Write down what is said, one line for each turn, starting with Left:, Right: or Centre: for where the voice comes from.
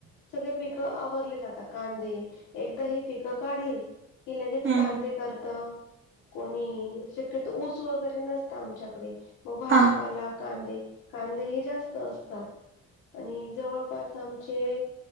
Left: सगळे पिकं आवरली जातात कांदे एकदा ही पिकं काढले. कि लगेच
Right: हम्म
Left: कांदे
Right: हम्म.
Left: करत. कोणी शक्यतो ऊस वगैरे नसत आमच्याकडे मग भाजीपाला
Right: हा
Left: कांदे. कांदे हे जास्त असतात आणि जवळपास आमचे